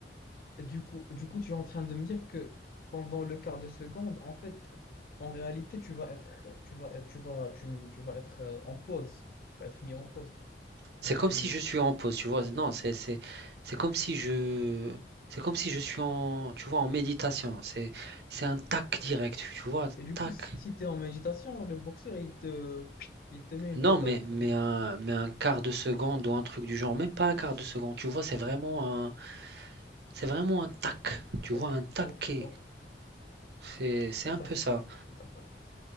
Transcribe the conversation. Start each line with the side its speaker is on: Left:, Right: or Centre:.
Left: du coup, du coup, tu es en train de me dire que pendant le quart de seconde, en fait, en réalité, tu vas être, tu vas, être- tu vas, tu, ne- tu vas être euh, en pause. Tu vas être mis en pause, quoi.
Right: C'est
Left: Tu ne
Right: comme
Left: vas pas
Right: si
Left: bouger.
Right: je suis en pause, tu vois. Non, c'est c'est c'est comme si je c'est comme si je suis en tu vois en méditation. C'est c'est un tac direct, tu vois,
Left: Et du
Right: tac.
Left: coup, si, si tu es en méditation, le boxeur, il te, il te met une
Right: Non,
Left: patate.
Right: mais mais
Left: Donc,
Right: un mais un quart de seconde ou un truc du genre, même pas un quart de seconde. Tu vois, c'est vraiment un c'est vraiment un tac. Tu
Left: ok,
Right: vois un taquet.
Left: ok, ok.
Right: C'est c'est
Left: Oh,
Right: un
Left: D'accord,
Right: peu ça.
Left: d'accord,